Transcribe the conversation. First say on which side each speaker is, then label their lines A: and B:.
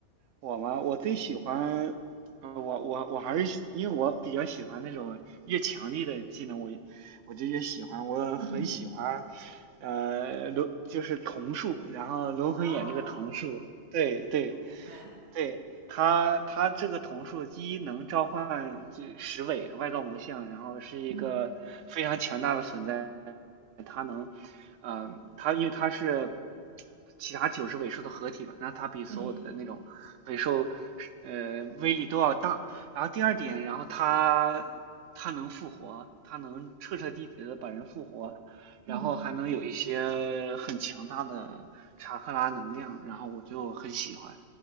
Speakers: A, on the right; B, on the right.
A: 我嘛，我最喜欢，呃，我我我还是因为我比较喜欢那种越强力的技能，我我就越喜欢，我很喜欢，
B: 嗯嗯，
A: 呃，轮就是瞳术，然后龙魂眼这个瞳术，
B: 哦，
A: 对对，
B: 明白。
A: 对，它它这个瞳术一能召唤就十尾外道魔像，然后是一个非常强大的存在，
B: 嗯，
A: 它能，嗯、它因为它是其他九只尾兽的合体嘛，那它比所有的那种尾兽是呃威力都要大。
B: 对，
A: 然后第二点，然后它它能复活，它能彻彻底底的把人复活，然后还能有一些很强大的查克拉能量，
B: 嗯，
A: 然后我就很喜欢。